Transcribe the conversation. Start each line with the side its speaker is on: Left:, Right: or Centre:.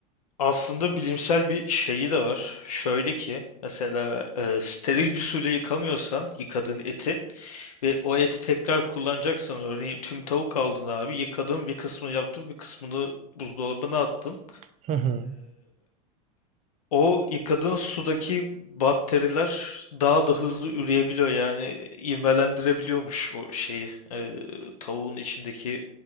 Left: Aslında bilimsel bir şeyi de var. Şöyle ki mesela e, steril bir suyla yıkamıyorsan yıkadığın eti ve o eti tekrar kullanacaksan örneğin tüm tavuk aldın abi yıkadın bir kısmını yaptın bir kısmını buzdolabına attın.
Right: <laughs> Hı hı.
Left: O yıkadığın sudaki bakteriler daha da hızlı üreyebiliyor yani ivmelendirebiliyormuş o şeyi. Ee, tavuğun içindeki